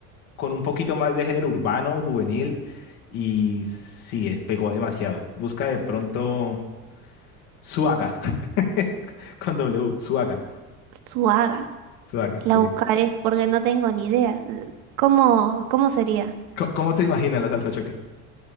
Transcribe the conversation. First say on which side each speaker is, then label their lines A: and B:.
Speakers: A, on the left; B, on the right.
A: con un poquito más de género urbano, juvenil, y sí, eh, pegó demasiado. Busca de pronto Suaga, <laughs> con W, Suaga,
B: Suaga.
A: Suaga,
B: La
A: sí.
B: buscaré porque no tengo ni idea. eh, ¿Cómo, cómo sería?
A: Co- ¿Cómo te imaginas la salsa choque?